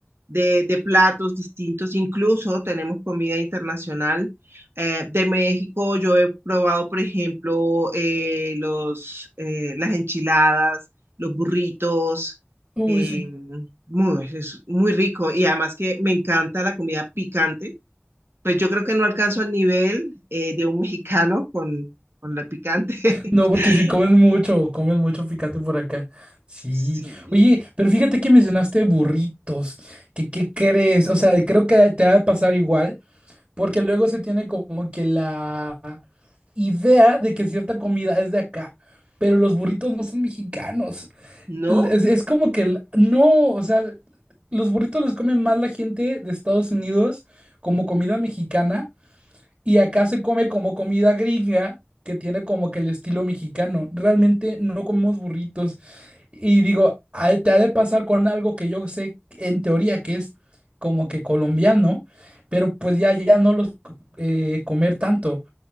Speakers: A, on the right; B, on the right.
A: de, de platos distintos, incluso tenemos comida internacional. Eh, de México yo he probado, por ejemplo, eh, los, eh, las enchiladas, los burritos,
B: Uy,
A: eh,
B: sí.
A: muy, es muy rico y además que me encanta la comida picante. Pues yo creo que no alcanzo al nivel eh, de un mexicano con, con la picante.
B: No, porque
A: <laughs>
B: si comen mucho, comen mucho picante por acá. Sí.
A: Sí,
B: Oye, pero fíjate que mencionaste burritos. ¿Qué, qué crees? O sea, creo que te va a pasar igual, porque luego se tiene como que la idea de que cierta comida es de acá, pero los burritos no son mexicanos.
A: ¿no?
B: L- Es, es como que el- no, o sea, los burritos los comen más la gente de Estados Unidos como comida mexicana y acá se come como comida gringa, que tiene como que el estilo mexicano. Realmente no comemos burritos. Y digo, ah, te ha de pasar con algo que yo sé en teoría que es como que colombiano, pero pues ya, ya no los eh, comer tanto.